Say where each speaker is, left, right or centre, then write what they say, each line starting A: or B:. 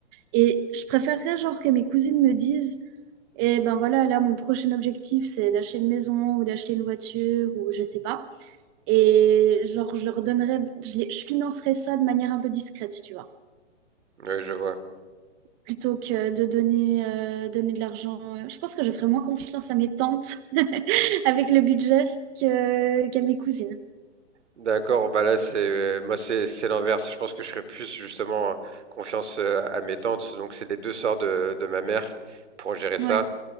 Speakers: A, on the right; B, on the right.
A: Et je préférerais, genre, que mes cousines me disent, eh ben voilà, là, mon prochain objectif, c'est d'acheter une maison ou d'acheter une voiture ou je sais pas. Et genre, je leur donnerais, je les- je financerais ça de manière un peu discrète, tu vois.
B: Oui, je vois.
A: plutôt que de donner, euh, donner de l'argent. euh, Je pense que je ferais moins confiance à mes tantes <laughs> avec le budget que, qu'à mes cousines.
B: D'accord, bah là c'est euh, moi c'est c'est l'inverse. Je pense que je serais plus justement euh, confiance euh, à mes tantes. Donc c'est les deux sœurs de, de ma mère pour gérer ça.
A: Ouais,